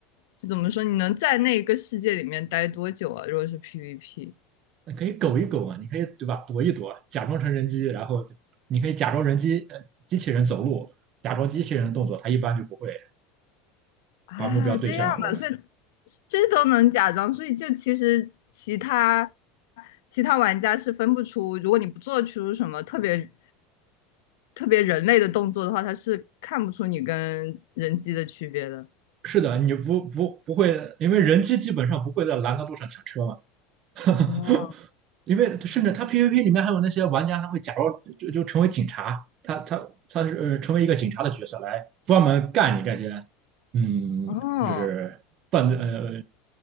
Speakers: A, on the left; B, on the right.
A: 就怎么说，你能在那个世界里面待多久啊？如果是 PVP
B: 那可以苟一苟啊，你可以对吧？躲一躲，假装成人机，然后你可以假装人机，呃，机器人走路，假装机器人的动作，它一般就不会
A: 啊，
B: 把目标对向我们。
A: 这样的，所以这都能假装，所以就其实其他其他玩家是分不出，如果你不做出什么特别特别人类的动作的话，他是看不出你跟人机的区别的。
B: 是的，你不不不会，因为人机基本上不会在拦的路上抢车嘛。<laughs>
A: 哦
B: 因为甚至他 PVP 里面还有那些玩家，他会假装就就成为警察，他他他是呃成为一个警察的角色来专门干你这些，嗯，
A: 哦
B: 就是犯罪呃呃，呃